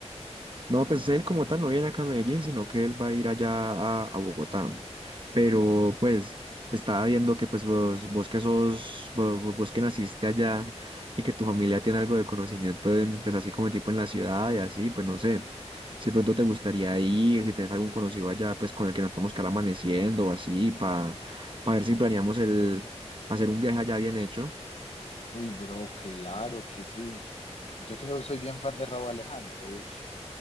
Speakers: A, on the right; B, on the left.
A: No, pues él como tal no viene acá a Medellín, sino que él va a ir allá a, a Bogotá. Pero pues estaba viendo que pues vos, vos que sos, vo- vo- vos, que naciste allá y que tu familia tiene algo de conocimiento en, pues así como tipo en la ciudad y así, pues no sé, si de pronto te gustaría ir, si tenés algún conocido allá, pues con el que nos podemos quedar amaneciendo o así, para ver si planeamos el hacer un viaje allá bien hecho.
B: Uy, bro, claro que sí. Yo que soy bien fan de Raúl Alejandro. Uf,